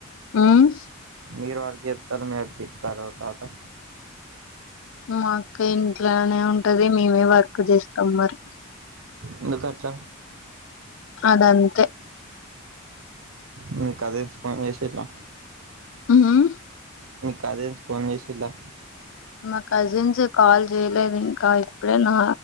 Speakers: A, on the left; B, on the right.
A: ఉమ్
B: మీరు వర్క్ చేత్తళ్ళు మే అక్క ఇంటికాన్నే ఉంటందా
A: మాక అక్క ఇంట్లోనే ఉంటది మేమే వర్క్ చేస్తాం మరి
B: ఎందుకాట్లా
A: అదంతే
B: మీ కజీన్స్ ఫోన్ చేసిల్లా
A: ఉ ఉహ్మ్
B: మీ కజిన్స్ ఫోన్ చేసిల్లా
A: మా కజిన్స్ ఎ కాల్ చేయలేదు ఇంకా ఇప్పుడే నా